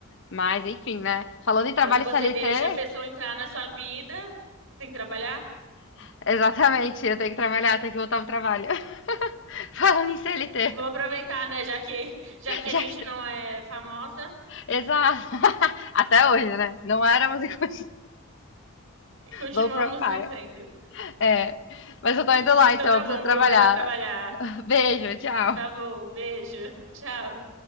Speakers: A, on the left; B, on the right.
A: Mas, enfim, né? Falando em trabalho
B: Só que você
A: CLT,
B: deixa a pessoa entrar na sua vida, tem que trabalhar.
A: <laughs> exatamente. Eu tenho que trabalhar, tenho que voltar pro trabalho. <laughs> Falando em CLT.
B: Vamos aproveitar, né? Já que já
A: <laughs>
B: que
A: Já...
B: a gente
A: que-
B: não é famosa,
A: Exato. <laughs> Até hoje, né? Não éramos em <laughs>
B: Continuamos
A: low profile.
B: não sendo.
A: É, mas eu tô indo lá,
B: Então
A: então
B: tá
A: eu preciso
B: bom,
A: trabalhar.
B: Bru, vai lá trabalhar.
A: <laughs> Beijo, tchau.
B: Tá bom, beijo. Tchau.